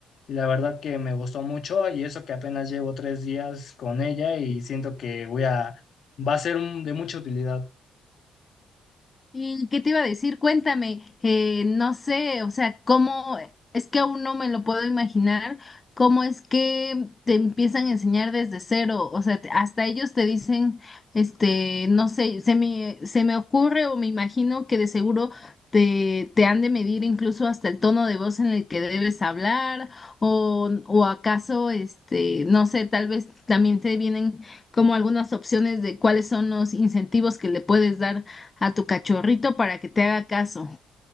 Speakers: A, on the left; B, on the left.
A: y la verdad que me gustó mucho y eso que apenas llevo tres días con ella y siento que voy a, va a ser un- de mucha utilidad.
B: ¿Y qué te iba a decir? Cuéntame, eh, no sé, o sea, cómo, es que aún no me lo puedo imaginar, cómo es que te empiezan a enseñar desde cero, o sea, te- hasta ellos te dicen, este, no sé, se me, se me ocurre o me imagino que de seguro te, te han de medir incluso hasta el tono de voz en el que debes hablar, o, o acaso, este, no sé, tal vez también te vienen como algunas opciones de cuáles son los incentivos que le puedes dar a tu cachorrito para que te haga caso.